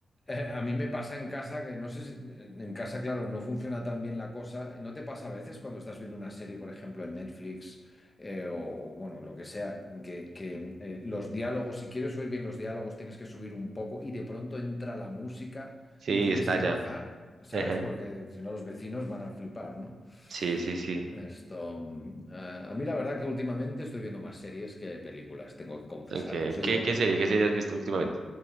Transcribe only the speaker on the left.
eh, a mí me pasa en casa que no sé si, en casa, claro, no funciona tan bien la cosa. ¿No te pasa a veces cuando estás viendo una serie, por ejemplo, en Netflix eh, o, bueno, lo que sea, que, que, eh, los diálogos, si quieres oír bien los diálogos, tienes que subir un poco y de pronto entra la música
y tienes
que
bajar, ¿sabes?
Porque si no los vecinos van a flipar, ¿no?
Esto, mm, a a mí la verdad que últimamente estoy viendo más series que películas, tengo que confesar.
Por eso
digo,
ah,